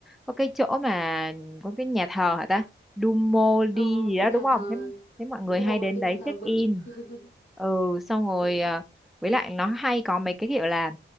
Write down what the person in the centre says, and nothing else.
có cái chỗ mà có cái nhà thờ hả ta Duomo
đi gì đó
đúng không
thế thế mọi người
hay đến
đấy
check
in
ừ xong rồi
à, với lại nó hay có mấy cái kiểu là